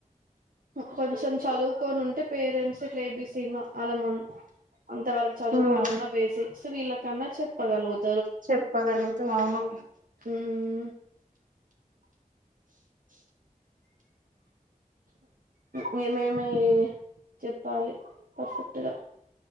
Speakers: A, on the right; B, on the right.
A: హ్ కొంచెం చదువుకొనుంటే పేరెంట్స్ ఇట్ల ఏ బి సి తిన్న అలమను అంత వరకు చదువుకోనున్న
B: ఉమ్
A: బేసిక్స్ స్తే వీళ్ళకన్నా చెప్పగలుగుత్
B: చెప్పగలుగుతం అవును
A: మ్మ్ మేమేమి చెప్పాలి పర్ఫెక్ట్గా